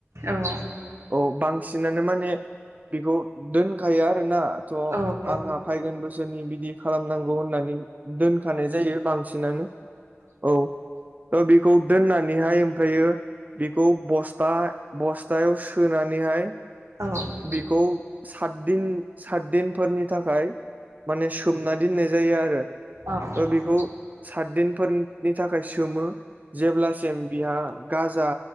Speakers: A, on the right (about 85°); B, on the right (about 35°).
A: औ
B: औ बांसिनानो माने बेखौ दोनखायो आरोना त
A: ओं
B: आंहा फागोन बोसोरनि बिदि खालामनांगौ होननानै दोनखानाय जायो बांसिनानो औ ओ बेखौ दोननानैहाय ओमफ्रायो बिखौ बस्था बस्थायाव सोनानैहाय
A: औ
B: बिखौ सातदिन सातदिनफोरनि थाखाय माने सोमना दोननाय जायो आरो
A: औ
B: ओ बेखौ सातदिनफोरनि थाखाय सोमो जेब्लासिम बिहा गाजा